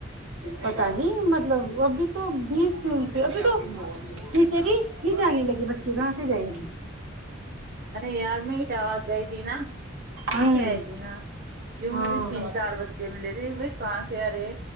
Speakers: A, on the right (about 75°); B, on the right (about 50°).
A: پتا نہیں مطلب ابھی تو بیس جون سے ابھی تو ٹیچر ہی نہیں جانے لگی بچ ج گاں سے جائیں گے
B: ارے یار میں اٹاوات گئی تھی نا کہاں
A: ہوں
B: سے آئی تھی نا جو
A: ہاں
B: مجھے تین چار بچے ملے تھے بھائی کہاں سے آ رہے